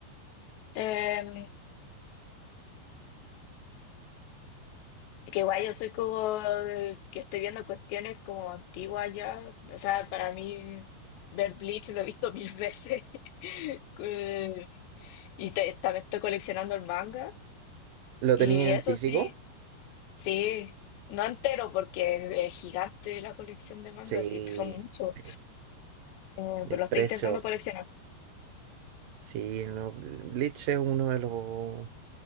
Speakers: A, on the left; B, on the right.
A: Em, que igual yo soy como de- que estoy viendo cuestiones como antiguas ya. O sea, para mí ver Bleach lo he visto mil veces. <laughs> Que- Y te- también estoy coleccionando el manga.
B: ¿Lo
A: Y
B: tenías
A: eso
B: en físico?
A: sí, sí, no entero porque es gigante la colección de mangas,
B: Sí,
A: sí, son muchos.
B: sí.
A: Eh,
B: Y
A: pero
B: el
A: lo
B: precio,
A: estoy intentando coleccionar.
B: sí, no, Bleach es uno de los